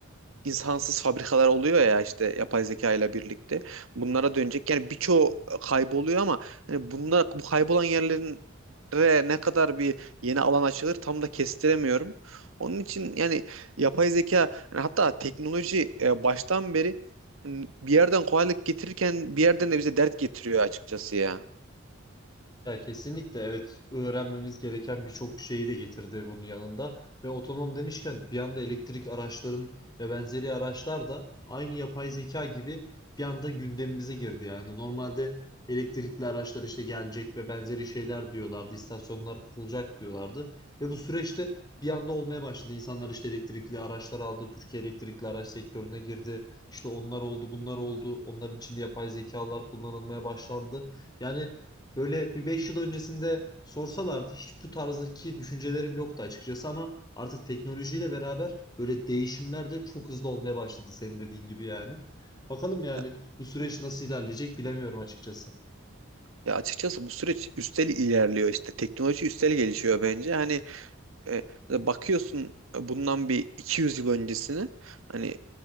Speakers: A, on the right; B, on the left.
A: insansız fabrikalar oluyor ya işte yapay zeka ile birlikte. Bunlara dönecek. Yani birçoğu e, kayboluyor ama hani bunda bu kaybolan yerlerin ne kadar bir yeni alan açılır tam da kestiremiyorum. Onun için yani yapay zeka yani hatta teknoloji e, baştan beri hani bir yerden kolaylık getirirken bir yerden de bize dert getiriyor açıkçası ya.
B: Ya kesinlikle evet öğrenmemiz gereken birçok şeyi de getirdi bunun yanında. Ve otonom demişken bir anda elektrik araçların ve benzeri araçlar da aynı yapay zeka gibi bir anda gündemimize girdi. Yani normalde elektrikli araçlar işte gelecek ve benzeri şeyler diyorlardı. istasyonlar kurulacak diyorlardı. Ve bu süreçte bir anda olmaya başladı. İnsanlar işte elektrikli araçlar aldı. Türkiye elektrikli araç sektörüne girdi. İşte onlar oldu, bunlar oldu. Onların içinde yapay zekalar kullanılmaya başlandı. Yani Böyle bir 5 yıl öncesinde sorsalardı hiç bu tarzdaki düşüncelerim yoktu açıkçası ama artık teknolojiyle beraber böyle değişimler de çok hızlı olmaya başladı senin dediğin gibi yani. Bakalım yani
A: Ya
B: bu süreç nasıl ilerleyecek bilemiyorum açıkçası.
A: ya açıkçası bu süreç üstel ilerliyor işte teknoloji üstel gelişiyor bence. Hani E, bakıyorsun bundan bir 200 yıl öncesine hani